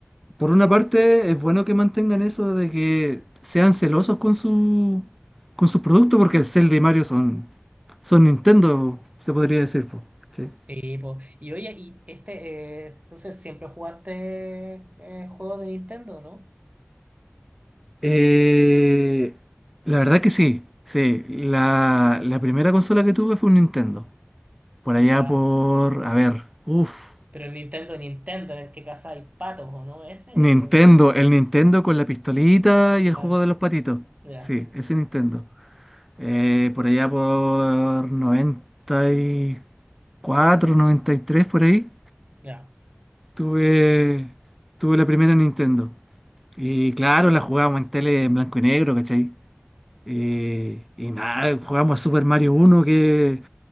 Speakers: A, in the centre; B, on the right (about 35°).
A: por una parte, es bueno que mantengan eso de que sean celosos con su, con su producto, porque Zelda y Mario son, son Nintendo, se podría decir, pues, ¿cachai?
B: Sí, po. Y oye, y este, eh, entonces siempre jugaste eh, juegos de Nintendo, ¿no?
A: Eh, la verdad que sí, sí. La, la primera consola que tuve fue un Nintendo. Por allá
B: Ya.
A: por, a ver, uff,
B: Pero el Nintendo, Nintendo, en el que hay patos, ¿o no? Ese,
A: Nintendo,
B: el, el- el-
A: el Nintendo con la pistolita y
B: ya,
A: el juego de los patitos.
B: ya,
A: Sí, ese Nintendo. Eh, por allá por noventa noventa y cuatro noventa y tres por ahí,
B: ya.
A: tuve, tuve la primera Nintendo. Y claro, la jugábamos en tele en blanco y negro, ¿cachai? Eh, y nada, jugamos a Super Mario uno que